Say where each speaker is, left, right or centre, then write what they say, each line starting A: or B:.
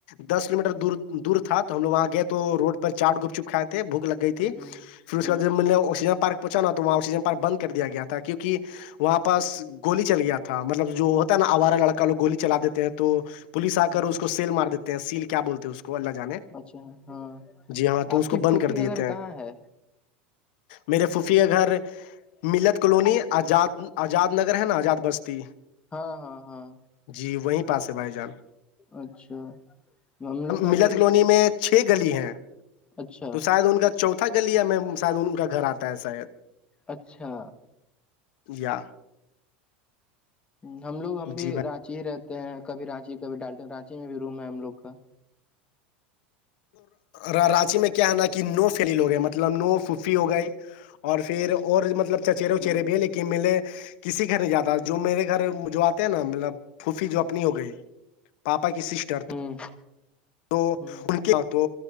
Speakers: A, on the left; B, on the left.
A: دس کلو میٹر دور دور تھا تو ہم لگ وہاں گئے تو روڈ پر چاٹ گپ چپ کھائے تھے بوک لگ گئی تھی
B: ہ
A: ٹیک پھر کے
B: ہ
A: بعدطلب آکسیجن پارک پچا تو وہاں آکسیجن پار بند کر دیا گیا تھا کیونکہ وہاں پاس گولی چل گیا تھا مطلب جو ہوتا نا آوارا لڑکا گولی چلا دیتے ہیں تو پولیس آ کر
B: اچھا
A: اس کو سیل مار دیتے ہیں سیل کیا بولتے ہیں اس کو اللہ جانے
B: اچھا ہاں
A: جی ہاں تو
B: آپ
A: اس کو
B: کی
A: بند
B: پھوفھی
A: کر دیتے
B: کا گھر
A: ہیں
B: کہاں ہے
A: میرے فھوفی کا گھر ملت کالونی آزاد آزاد نگر ہے نا آزاد بستی
B: ہاں ہاں ہاں
A: جی وہیں پاس ہے بھائی جان
B: اچھا ہم لوگ کا
A: ملت
B: بھی رو-
A: کلونی میں چھ گلی ہیں
B: اچھا
A: تو شاید ان کا چوودہ تھتک گلییا میں سادھ کاا گھر تاا ہے سا ہے
B: اچھا
A: یا
B: ہم لوگ ہم بھی
A: جی بھائی
B: رانچی ہی رہتے ہیں کبھی رانچی کبھی ڈالٹن رانچی میں بھی روم ہے ہم لوگ کا
A: رانچی میں کیا ہے نا کہ نو فیلیل ہو گئے مطلب نو سوفی ہو گئی اور پھر اور مطلب چچرے وچرے
B: ہ
A: بھی لیکن ملے کسی گھر نہیں جاتا جو میرے گھر جو آتے ہیں نا مطلب پھوفی جو اپنی ہو گئی پاپا کی سسٹر تو
B: ہ
A: تو
B: ہ
A: ان کے تو